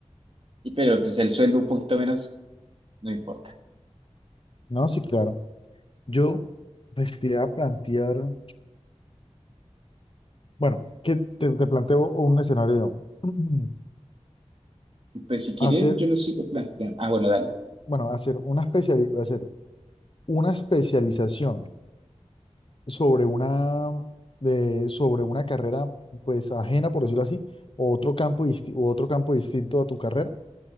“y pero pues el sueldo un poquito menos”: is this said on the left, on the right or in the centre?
Right